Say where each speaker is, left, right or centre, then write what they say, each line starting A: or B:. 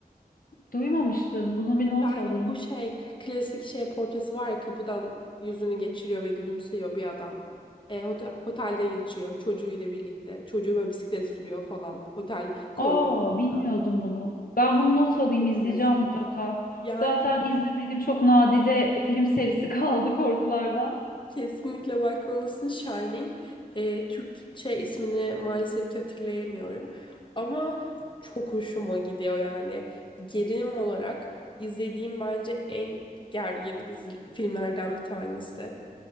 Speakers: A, on the left (about 65°); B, on the left (about 30°).
A: Duymamıştım. Bunu bir not
B: Shining
A: alayım.
B: bu şey klasik şey portresi var ya kapıdan yüzünü geçiriyor ve gülümseyiyor bir adam. E, hote- otelde geçiyor çocuğuyla birlikte. Çocuğu böyle bisiklet sürüyor falan. Otel koridorunda.
A: Aa, bilmiyordum bunu. Ben bunu not alayım, izleyeceğim
B: Klasik.
A: mutlaka.
B: Yani
A: Zaten izlemediğim çok nadide film serisi <laughs> kaldı korkulardan.
B: kesinlikle bakmalısın Shining. E, Türkçe ismini maalesef ki hatırlayamıyorum. Ama çok hoşuma gidiyor yani. Gerilim olarak izlediğim bence en gergin dizi, filmlerden bir tanesi.